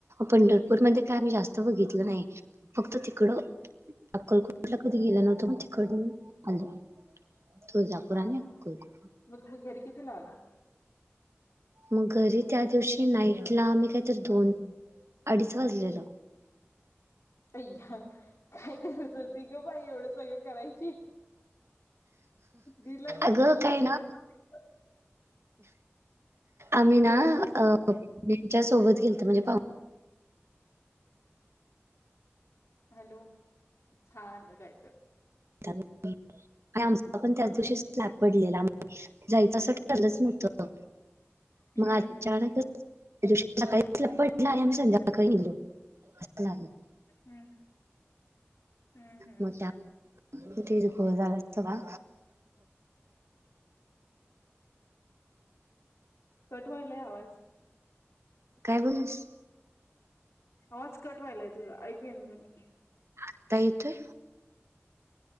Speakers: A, on the right; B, on the left.
A: पंढरपूर पूरमध्ये
B: हम्म
A: काय आम्ही जास्त बघितलं नाही. फक्त तिकडं अक्कलकोटला कधी गेल नव्हतो, मग तिकडन आलो. तुळजापूर
B: हा
A: आणि अक्कलकोट
B: हा. मग तुम्ही घरी कितीला आला?
A: मग घरी त्या दिवशी नाईटला, आम्ही काहीतरी दोन अडीच वाजलेल.
B: अय्या काय गरज होती ग बाई, एवढं सगळं करायची. दिल <unintelligible>
A: अगं काय ना आम्ही ना
B: फिरायचंच
A: अ त्यांच्या सोबत गेलत म्हणजे पाव
B: हॅलो, छानलं काय तर.
A: <unintelligible> आणि आमचा पण त्याच दिवशी स्लॅप पडलेला. जायचं असं ठरलंच नव्हत.
B: हम्म
A: मग अचानक दुसऱ्या दिवशी सकाळी स्लॅप पडला आणि आम्ही संध्याकाळी निगलो अस झालं.
B: हम्म. हम्म हम्म
A: मग त्या तीच घोळ झाला सगळा.
B: कट व्हायलाय आवाज.
A: काय बोलिस?
B: आवाज कट व्हायलाय तुझा, ऐकू येईना झालय.
A: आता येतोय?